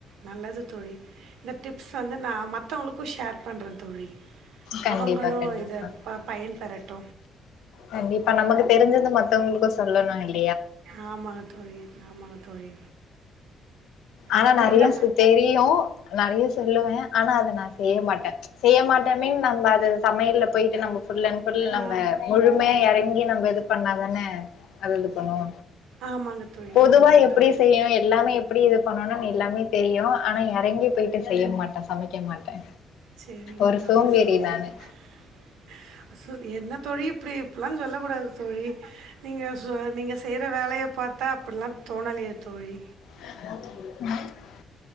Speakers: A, on the right; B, on the left.
A: நல்லது தோழி இந்த டிப்ஸ் வந்து நா மத்தவங்களுக்கு ஷேர் பண்ற தோழி
B: கண்டிப்பா
A: அவங்களு
B: கண்டிப்பா
A: இதப் ப பயன் பெறட்
B: கண்டிப்பா நமக்கு தெரிஞ்சது மத்தவங்களுக்கு சொல்லணு இல்
A: ஆமாங்க தோழி ஆமாங்க தோழி.
B: ஆனா
A: தோழி
B: நெறைய
A: என்ன
B: சு தெரியு நெறைய சொல்லுவே ஆனா அத நா செய்ய மாட்டே செய்ய மாட்டே மீன் நா இல்ல அது சமையல போயிட்டு நம்ம ஃபுல் அண்ட் ஃபுல்
A: ஆ,
B: நம்ம முழுமையா எறங்கி நம்ம இது பண்ணா அதனே அத <unintelligible> பண்ணுவோ
A: ஆமாங்க தோழி
B: பொதுவா
A: ஆமாங்க
B: எப்டி
A: தோழி.
B: செய்யணு எல்லாமே எப்டி இது எல்லாமே தெரியு ஆனா எறங்கி போயிட்டு செய்ய மாட்டே சமைக்க மாட்டே.
A: செரிங்க
B: ஒரு
A: தோழி
B: சோம்பேறி
A: செரிங்க
B: நானு
A: தோழி சோ என்ன தோழி ப்டி இப்பல்லா சொல்லக் கூடாது தோழி நீங்க சோ நீங்க செய்யற வேலையப் பாத்தா அப்டிலா தோணலியே தோழி.
B: <unintelligible>